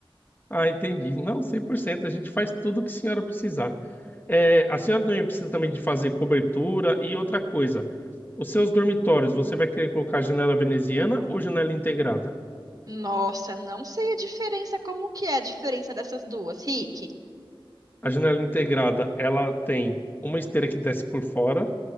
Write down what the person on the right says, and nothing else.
Nossa, não sei a diferença, como que é a diferença dessas duas, Rick?